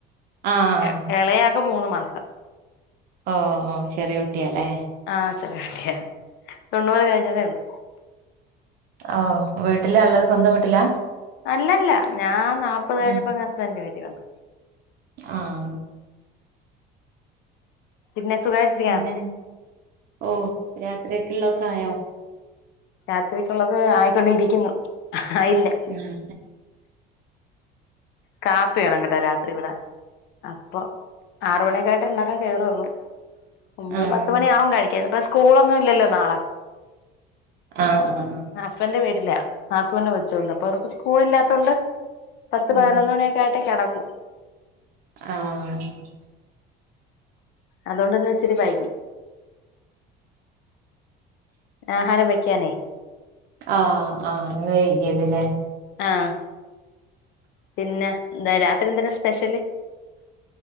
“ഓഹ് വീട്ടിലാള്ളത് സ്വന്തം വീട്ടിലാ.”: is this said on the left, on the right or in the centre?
Right